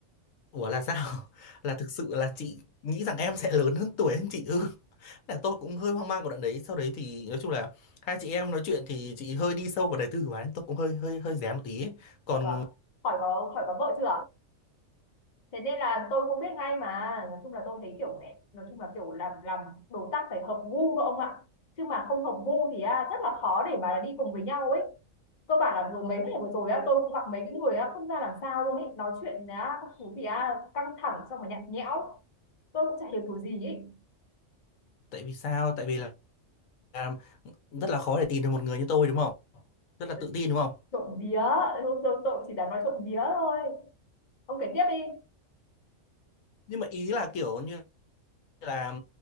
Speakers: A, on the left; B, on the left.
A: Ủa là sao? <laughs> Là thực sự là chị nghĩ rằng em sẽ lớn hơn tuổi hơn chị ư? <laughs> Là tôi cũng hơi hoang mang của đoạn đấy. Sau đấy thì nói chung là hai chị em nói chuyện thì chị hơi đi sâu vào đời tư của bạn ấy. Tôi cũng hơi hơi hơi rén một tí ấy. Còn
B: Sợ à? Khỏi có, khỏi có vợ chưa thế nên là tôi cũng biết ngay mà nói chung là tôi thấy kiểu này nói chung là kiểu làm làm đối tác phải hợp gu các ông ạ chứ mà không hợp gu thì à, rất là khó để mà đi cùng với nhau ấy cơ bản là vừa mấy ngày vừa rồi á tôi cũng gặp mấy cái người á không ra làm sao luôn ấy nói chuyện á các thứ thì á căng thẳng xong rồi nhạt nhẽo tôi cũng chả hiểu kiểu gì ấy
A: tại vì sao? Tại vì là là rất là khó để tìm được một người như tôi đúng không? Rất là
B: Ờ,
A: tự tin đúng không?
B: trộm vía tôi, tôi, tôi chỉ dám nói trộm vía thôi ông kể tiếp đi
A: Nhưng mà ý là kiểu như là